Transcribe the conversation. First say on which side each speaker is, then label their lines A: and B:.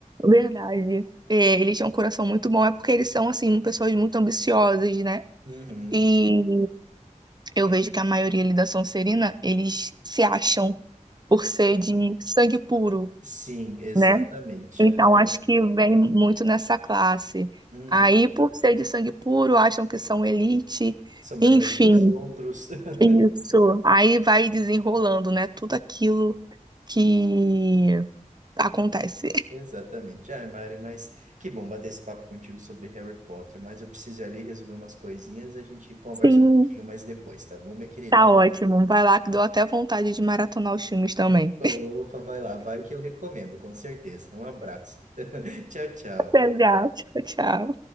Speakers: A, on the right; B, on the right.
A: verdade. É, eles têm um coração muito bom, é porque eles são, assim, pessoas muito ambiciosas, né?
B: Uhum.
A: E eu vejo que a maioria ali da Sonserina, eles se acham por ser de sangue puro,
B: Sim, exatamente.
A: né? Então
B: Ah,
A: acho que vem muito nessa classe.
B: uhum.
A: Aí, por ser de sangue puro, acham que são elite,
B: São melhores
A: enfim,
B: que os outros. <laughs>
A: é isso. Aí vai desenrolando, né? Tudo aquilo que acontece.
B: Exatamente. Ai, Mari, mas que bom bater esse papo contigo sobre Harry Potter, mas eu preciso ir ali resolver umas coisinhas, a gente conversa
A: <laughs> Sim,
B: um pouquinho mais depois, tá bom, minha querida?
A: Tá ótimo. Vai lá que deu até vontade de maratonar os filmes também.
B: Opa, vai lá, vai que eu recomendo, com certeza. Um abraço. <laughs> Tchau, tchau.
A: Exato. Tchau.